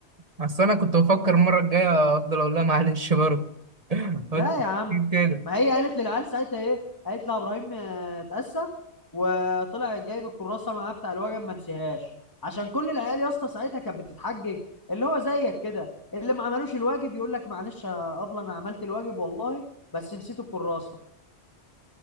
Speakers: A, on the right; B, on the left.
A: اصل انا كنت بفكر المره الجايه افضل اقول لها معلش برضه <laughs> قلت
B: لا يا عم
A: كده
B: ما هي قالت للعيال ساعتها ايه قالت لها ابراهيم آه، اتاسف وطلع جايب الكراسه معاه بتاع الوجب ما نسيهاش عشان كل العيال يا اسطى ساعتها كانت بتتحجج اللي هو زيك كده اللي ما عملوش الواجب يقول لك معلش يا ابله انا عملت الواجب والله بس نسيت الكراسه